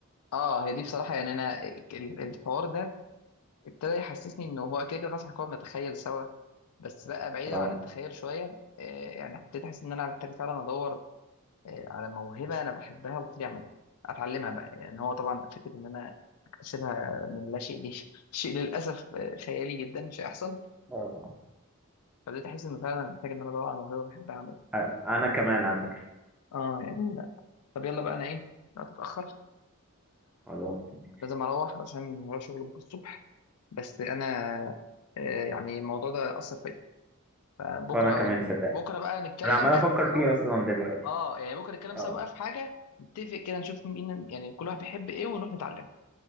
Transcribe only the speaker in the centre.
اه
اه
آه، انا كمان على فكرة
خلاص ماشي
وانا كمان صدقني
انا عمال
افكر
فيه اصلا دلوقتي
اه